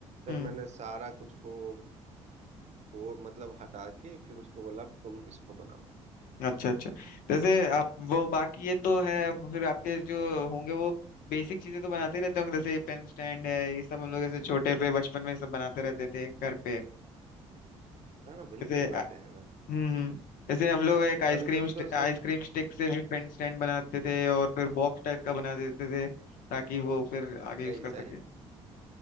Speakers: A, on the right (about 45°); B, on the left (about 65°).
A: फिर
B: हम्म
A: मैंने सारा कुछ को तोड़ मतलब हटा के फिर उसको बोला "अब तुम इसको बनाओ
B: अच्छा अच्छा जैसे आप वो बाकी ये तो है फिर आपके जो होंगे वो बेसिक चीजें तो बनाते ही रहते होंगे जैसे पेन स्टैंड है ये सब हम लोग जैसे छोटे पे बचपन में सब बनाते रहते थे घर पे
A: हाँ हाँ बिल्कुल
B: जैसे
A: बनाते
B: आ-
A: हैं ना
B: हम्म हम्म। जैसे हम लोग एक आइसक्रीम
A: कभी कभी तो सोच
B: आइसक्रीम स्टिक से भी पेन स्टैंड बनाते थे और फिर बॉक्स टाइप का बना देते थे ताकि वो फिर आगे
A: सही
B: यूज कर
A: सही
B: सके